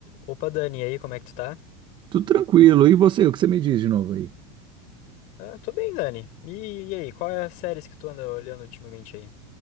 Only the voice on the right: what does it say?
Tudo tranquilo. E você, o que você me diz de novo aí?